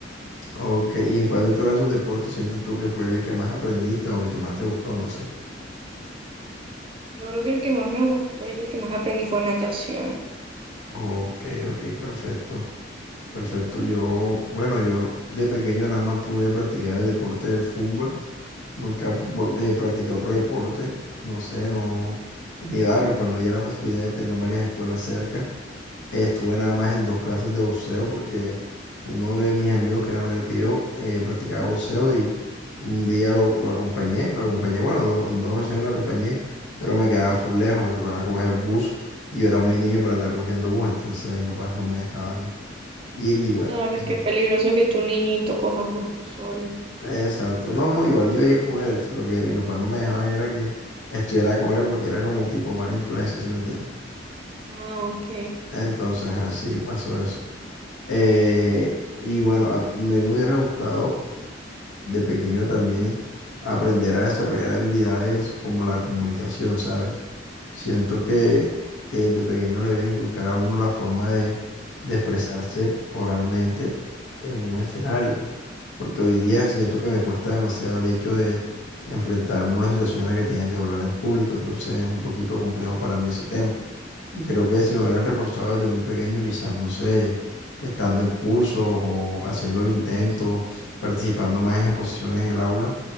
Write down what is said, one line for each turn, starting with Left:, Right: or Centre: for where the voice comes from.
Left: Ok, ¿y en cuál de todos esos deportes sientes tú que fue el que más aprendiste o el que más te gustó? No sé.
Right: Yo creo que el que más me gustó y el que más aprendí fue natación.
Left: Ok, ok, perfecto. Perfecto. Yo, bueno, yo de pequeño nada más pude practicar el deporte de fútbol. Nunca vol- eh, practiqué otro deporte. No sé, no. En mi barrio, pues no había la facilidad de tener varias escuelas cerca. Estuve nada más en dos clases de boxeo porque uno de mis amigos que era mayor que yo eh, practicaba boxeo y un día lo, lo acompañé. Lo acompañé, bueno, do- en dos ocasiones lo acompañé, pero me quedaba full lejos. Me tocaba coger bus y yo era muy niño para andar cogiendo bus. Entonces mis papás no me dejaban ir
Right: Mm,
Left: y bueno,
Right: Claro,
Left: eso
Right: es que es
Left: fue.
Right: peligroso que tu niñito coja bus tú solo.
Left: Exacto, no, no, igual yo iba a ir con él, lo que mi papá no me dejaba era que estuviera con él porque era como tipo mala influencia, ¿sí me entiendes?
Right: Ah, ok.
Left: Entonces así pasó eso. Eh, y bueno, a- me me hubiera gustado de pequeño también aprender a desarrollar habilidades como la comunicación, ¿sabes? Siento que, que de pequeño le debe inculcar a uno la forma de, de expresarse oralmente en un escenario porque hoy día siento que me cuesta demasiado el hecho de enfrentarme a una situación en la que tenga que hablar en público, entonces es un poquito complejo para mí ese tema. Y creo que si me hubieran reforzado desde muy pequeño, quizás, no sé, estando en cursos o haciendo el intento,
Right: Mm,
Left: participando más en exposiciones en el aula,